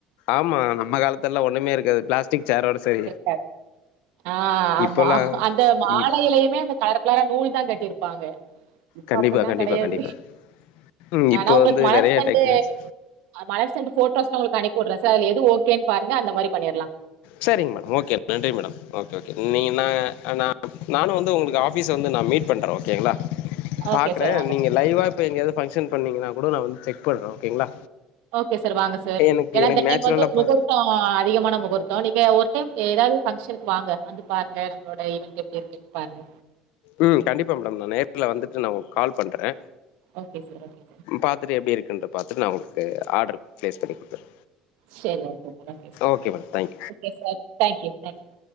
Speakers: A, on the left; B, on the right.
A: ஆமா நம்ம காலத்துல எல்லா ஒண்ணுமே இருக்காது பிளாஸ்டிக் சேரோட சேரி
B: <inaudible> ஆ ஆமா
A: இப்பல்லா
B: அந்த மாலையிலயுமே
A: இப்
B: அந்த கலர் கலரா நூல் தா கட்டியிருப்பாங்க இப்பா
A: கண்டிப்பா
B: அப்பில்லா
A: கண்டிப்பா
B: கெடையாது
A: கண்டிப்பா ம்
B: ஆனா
A: இப்போ
B: உங்களுக்கு
A: வந்து
B: மலர்
A: நெறைய
B: செண்டு
A: டெக்னாலஜி
B: மலர் செண்டு ஃபோட்டோஸ்லா உங்களுக்கு அனுப்பிவுட்றே சார் அதுல எது ஓகேன் பாருங்க அந்த மாரி பண்ணிற்லா
A: செரிங் மேடம் ஓகே நன்றி மேடம் ஓகே ஓகே நீங்கனா நா நானு வந்து உங்களுக்கு ஆஃபீஸ்ல வந்து நா மீட் பண்றே ஓகேங்ளா பாக்றே
B: ஓகே சார் வாங்க
A: நீங்க
B: சார்
A: லைவா இப்ப எங்கயாது பங்க்ஷன் பண்ணீங்கன்னா கூடோ நா வந்து செக் பண்றே ஓகேங்களா
B: ஓகே சார் வாங்க சார்
A: எனக்கு
B: ஏன்னா
A: எனக்கு
B: இந்த டைம்
A: நேச்சுரலா
B: வந்து
A: பா
B: முகூர்த் த்தோ அதிகமான முகூர்த்தோ நீங்க ஒரு டைம் எதாவது பங்க்ஷனுக்கு வாங்க வந்து பாருங்க நம்மளோட ஈவென்ட் எப்டி இருக்குன்னு பாருங்க
A: ம் கண்டிப்பா மேடம் நா நேர்ல வந்துட்டு நா உங்களுக்கு கால் பண்றே
B: ஓகே சார் ஓகே சார்
A: பாத்துட்டு எப்டி இருக்குன்றத பாத்துட்டு நா உங்களுக்கு ஆர்டர் பிளேஸ் பண்ணி குடுத்துறே
B: சேரி okay sir
A: okay madam thank you
B: okay sir thank you thank you